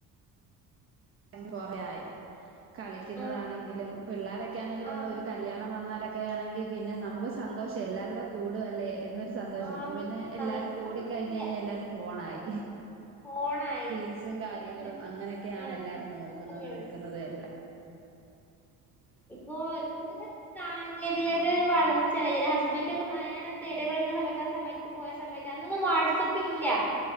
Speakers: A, on the right; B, in the centre.
A: <unintelligible> കളിക്കുന്നതാണെങ്കിലും
B: ആഹ്
A: പിള്ളാരെക്കെണെല്
B: ആഹ്
A: ഒന്നു ഒരു കല്യാണം വന്നാലൊക്ക ആണെങ്കി പിന്നെ നമുക്ക് സന്തോഷം എല്ലാരുടെ കൂടുവല്ലെ എന്നൊരു സന്തോഷം
B: ആഹ്
A: ഇപ്പം പിന്നെ
B: സന്തോഷം
A: എല്ലാരും
B: ഇപ്പൊ
A: കൂടി
B: അതൊന്നുല്ല
A: കഴിഞ് കഴിഞ്ഞാ എല്ലാരും ഫോണായി
B: ഫോണായി
A: റീൽസും കാര്യങ്ങളും
B: പിന്നെ
A: അങ്ങനെക്കെണ്
B: ആഹ്
A: എല്ലാരും നോക്കുന്നത്
B: അത്രേ ഉള്ളൂ
A: എട്ക്ക് ന്നതെയല്ല
B: ഇപ്പൊ ഇര്പത് ന് സാങ്കേതികാഴിട്ട് ഒരു വളർച്ച എന്റെ ഹസ്ബൻഡ് ഒക്ക <unintelligible> തേടി <unintelligible> സമയത്ത് ആ സമയ പോയ സമയത്ത് അന്നോന്നും വാട്സ അപ്പ് ഇല്ല